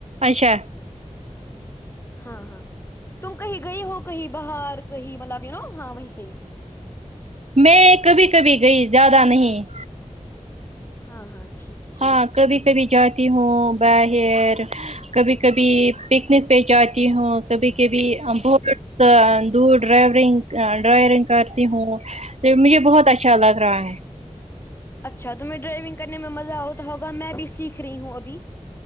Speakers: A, on the right; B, on the left.
A: اچھا
B: ہاں ہاں تم کہیں گئی ہوگ کہیں باہر کہیں مطلب یو نا ہاں ویسے ہی
A: میں کبھی کبھی گئی زیادہ نہیں
B: ہاں ہاں ٹھیک ٹھیک
A: ہاں کبھی کبھی جاتی ہوں باہر کبھی کبھی پکنک پہ جاتی ہوں کبھی کبھی بہت تو دور ڈرائیورنگ ڈرائیورنگ کرتی ہوں مجھے بہت اچھا لگ رہا ہے
B: اچھا تو میں ڈرائیونگ کرنے میں مزہ ہوتا ہوگا میں بھی سیکھ رہی ہوں ابھی